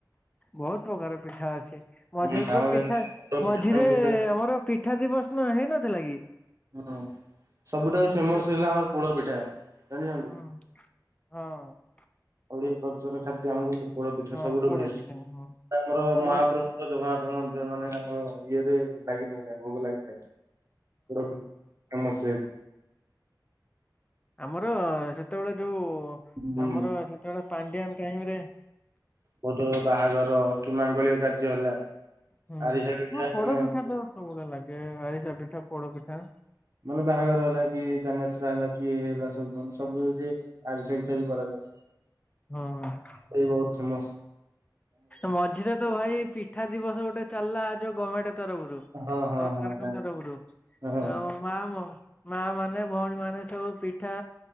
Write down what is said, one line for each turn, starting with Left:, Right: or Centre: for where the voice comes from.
Left: ବହୁତ ପ୍ରକାର ପିଠା ଅଛି। ମଝିରେ
Right: ହୁଁ ଆମର
Left: ତ ପିଠା
Right: ଯେମିତି ପୋଡ ପିଠା
Left: ମଝିରେ
Right: ଏମିତି ହୁଁ
Left: ଆମର ପିଠା ଦିବସନ ହେଇନଥିଲା କି?
Right: ହୁଁ ସବୁଠାରୁ ଫେମସ
Left: ଏଇ ଯୋଉ
Right: ହେଇଥିଲା ଆମର ପୋଡ ପିଠା ଜାଣିଛନ୍ତି।
Left: ହଁ ହଁ।
Right: ଓଡିଆ କଲ୍ଚର ଖାଦ୍ୟ ଆମର ଯେମିତି ପୋଡ ପିଠା
Left: ହଁ
Right: ସବୁଠୁ
Left: ପୋଡ
Right: ବେଷ୍ଟ।
Left: ପିଠା ହଁ
Right: ଆମର ମହାପ୍ରଭୁ
Left: ହଁ
Right: ଜଗନ୍ନାଥଙ୍କ ମନ୍ଦିର ମାନେ ତାଙ୍କ ଇଏ ରେ ଲାଗି ରହିଥା ଭୋଗ ଲାଗିଥାଏ। ପୋଡ଼ ପି ଫେମସ୍ ସେଇଠି।
Left: ଆମର ସେତେବେଳେ ଯୋଉ
Right: ହୁଁ
Left: ଆମର ସେତେବେଳେ ପାଣ୍ଡିଆନ ଟାଇମରେ
Right: ବହୁତ ବାହାଘର କି ମାଙ୍ଗଳିକ କାର୍ଯ୍ୟ ହେଲା
Left: ହୁଁ
Right: ଆରିସା ପିଠା
Left: ହ ପୋଡପିଠା
Right: ମାନେ
Left: ତ ସବୁବେଳେ ଲାଗେ ଆରିସା ପିଠା ପୋଡପିଠା।
Right: ମାନେ ବାହାଘର ହେଲା କି ଯାନଯାତ୍ରା ହେଲା କି ହେଲା ସବୁ ମାନେ ସବୁ ଆରିସା ପିଠା ବି କରାଯାଏ।
Left: ହଁ
Right: ସେ ବି ବହୁତ ଫେମସ।
Left: ମଝିରେ ତ ଭାଇ ପିଠା ଦିବସ ଗୋଟେ ଚାଲିଲା ଯୋଉ ଗମେଣ୍ଟ ତରଫରୁ।
Right: ହଁ ହଁ
Left: ସରକାର
Right: ହଁ ଜାଣିଲି
Left: କ ତରଫରୁୁ
Right: ହଁ
Left: ଆଉ ମା ମ ମା ମାନେ ଭଉଣୀ ମାନେ ସବୁ ପିଠା